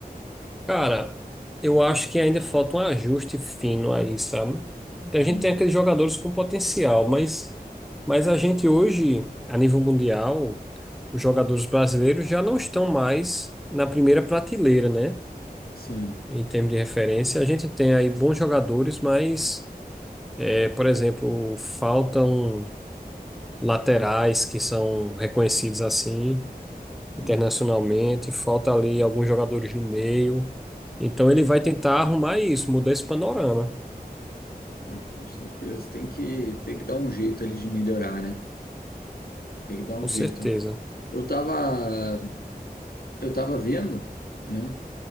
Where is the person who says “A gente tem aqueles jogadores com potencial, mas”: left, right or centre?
Centre